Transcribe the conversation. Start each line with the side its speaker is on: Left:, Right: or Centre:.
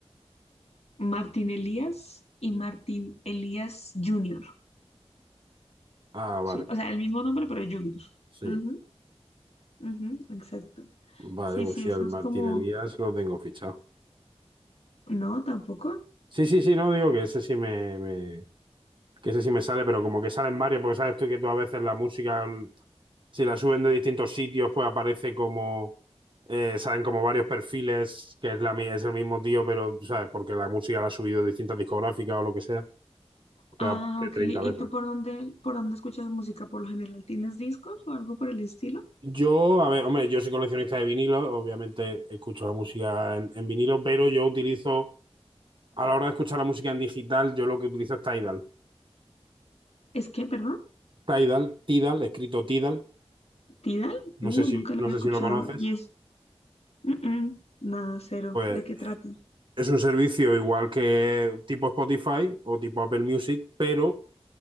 Left: Martín Elías y Martín Elías Junior
Right: Ah, vale,
Left: Sí, o sea, el mismo nombre, pero Junior.
Right: sí.
Left: Ujú, ujú, exacto.
Right: Vale,
Left: Sí,
Right: pues
Left: sí,
Right: sí,
Left: eso
Right: al Martín
Left: es como,
Right: Elías lo tengo fichado.
Left: no, tampoco.
Right: Sí, sí, sí, no, digo que ese sí me, me- que ese sí me sale, pero como que salen varios, porque sabes tú que tú a veces la música, mm, si la suben de distintos sitios, pues aparece como, eh, salen como varios perfiles, que es, la, mi- es el mismo tío, pero, ¿sabes? Porque la música la ha subido distintas discográficas o lo que sea, pero
Left: Ah,
Right: aparece
Left: ok.
Right: 30
Left: ¿Y
Right: veces.
Left: tú por dónde, por dónde escuchas música? Por lo general, ¿tienes discos o algo por el estilo?
Right: Yo, a ver, hombre, yo soy coleccionista de vinilos, obviamente escucho la música en, en vinilo, pero yo utilizo, a la hora de escuchar la música en digital, yo lo que utilizo es Tidal.
Left: Es que, perdón,
Right: Tidal, Tidal, escrito Tidal,
Left: Tidal,
Right: no
Left: uh,
Right: sé si,
Left: nunca lo
Right: no
Left: he
Right: sé
Left: escuchado.
Right: si lo conoces,
Left: ¿Y es Mm, nada cero.
Right: pues
Left: ¿De qué trata?
Right: es un servicio igual que tipo Spotify o tipo Apple Music, pero